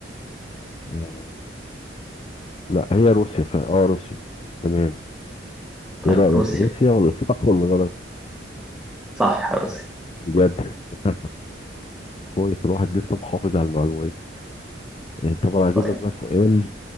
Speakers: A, on the left; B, in the centre.
A: آه لا هي روسيا ف... اه روسيا تمام
B: طيب
A: ايه رأيك
B: روسيا
A: روسيا ولا صح ولا غلط
B: صح روسيا
A: بجد <laughs> كويس الواحد لسه محافظ على المعلومات آه، طب انا هجيب
B: طيب
A: لك بقى سؤال